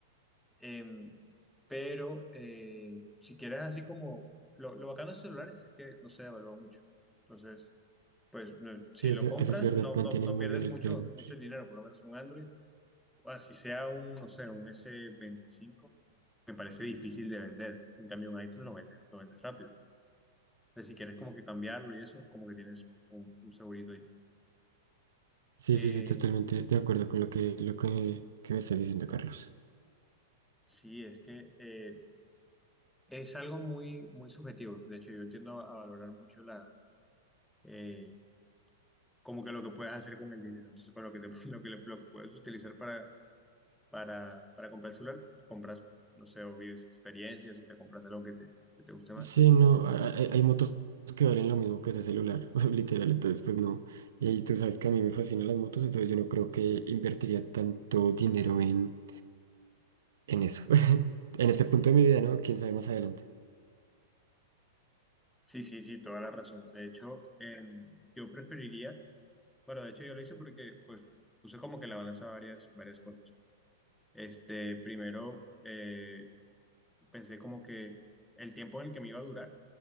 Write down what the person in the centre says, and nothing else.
Em, pero eh, si quieres así como, lo, lo bacano de estos celulares es que no se devalúa mucho. Entonces, pues no- si
lo compras,
no,
no, no
pierdes
mucho,
mucho el dinero, por lo menos un Android o así sea un, no sé, un S25, me parece difícil de vender. En cambio, un iPhone lo vendes, lo vendes rápido. Entonces, si quieres como que cambiarlo y eso, como que tienes un, un segurito ahí.
Eh,
sí, es que eh, es algo muy, muy subjetivo. De hecho, yo tiendo a valorar mucho la, eh, como que lo que puedes hacer con el dinero. Entonces, con lo que, te- <laughs> lo que, le- lo que puedes utilizar para, para, para comprar el celular, compras, no sé, o vives experiencias o te compras algo que te, que te guste más.
Sí, sí, sí, toda la razón. De hecho, em, yo preferiría, bueno, de hecho yo lo hice porque pues puse como que en la balanza varias, varias cosas. Este, primero eh, pensé como que el tiempo en el que me iba a durar,